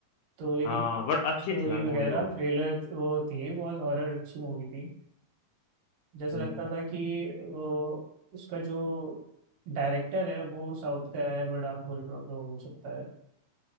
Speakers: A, on the right (about 75°); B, on the left (about 75°).
A: तो लेकिन
B: हाँ बट अच्छी
A: स्टोरी
B: थी यार
A: वगैरह
B: मूवी वो
A: थ्रिलर
B: तो
A: वो थी बहुत हॉरर अच्छी मूवी थी जैसा
B: हम्म।
A: लगता था कि वो उसका जो डायरेक्टर है वो साउथ का है बट आप बोल रहे हो तो हो सकता है